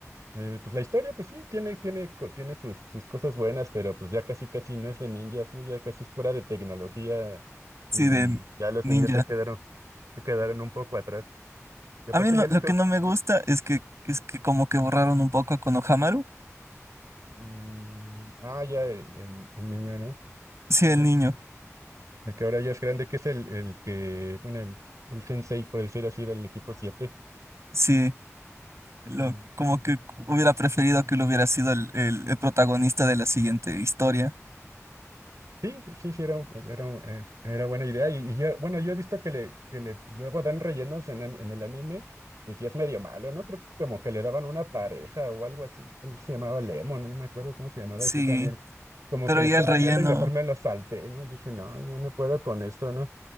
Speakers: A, on the right; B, on the right.
A: eh, pues la historia, pues sí, tiene, tiene, co- tiene sus, sus cosas buenas, pero pues ya casi casi no es de ninjas, ¿no? Ya casi es fuera de tecnología
B: Sí,
A: y
B: de
A: ya los
B: ninja.
A: ninjas se quedaron, se quedaron un poco atrás. Y aparte
B: A mí lo,
A: ya les...
B: lo que no me gusta es que es que como que borraron un poco a Konohamaru.
A: mm, ah, ya el, el, el niño, ¿no?
B: Sí, el
A: Sí,
B: niño.
A: el que ahora ya es grande, que es el, el que, bueno, el, el sensei, por decir así, del equipo siete
B: Sí, lo,
A: Mm.
B: como que hubiera preferido que lo hubiera sido el, el el protagonista de la siguiente historia.
A: Sí, sí, sí, era, un- era, un- eh, era buena idea. Y, y yo- bueno, yo he visto que le, que le luego dan rellenos en, an- en el anime, y sí es medio malo, ¿no? Creo que como que le daban una pareja o algo así. Se llamaba Lemon, no me acuerdo cómo se llamaba,
B: Sí,
A: y sí también. Como
B: pero
A: que lo
B: ya
A: estaba
B: el relleno.
A: viendo y mejor me lo salté, ¿no? Dije, no, yo no puedo con esto, ¿no?